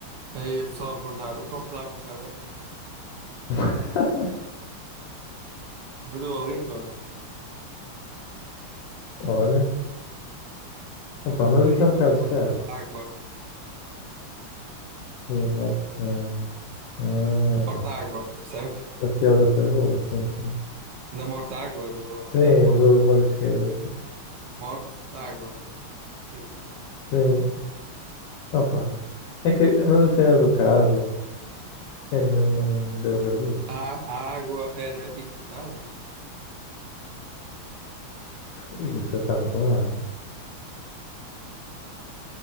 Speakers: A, on the right; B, on the left.
A: Aí o pessoal a perguntar: o copo d'água está bem?
B: <laughs>
A: Mordeu a língua?
B: Olha, opa, mas
A: Foi
B: isso é um bocado
A: a morte
B: chato.
A: da água.
B: Foi a morte da. Ah,
A: Morte à água, percebes?
B: a piada foi boa, sim, sim.
A: Da morte à água do
B: Sim,
A: box.
B: do bloco de esquerda, sim.
A: Morte à água. Fiz.
B: Sim, opa. É que, mas a cena do carro é mesmo javardice.
A: A, a água era importada?
B: E isso é tá muito mal.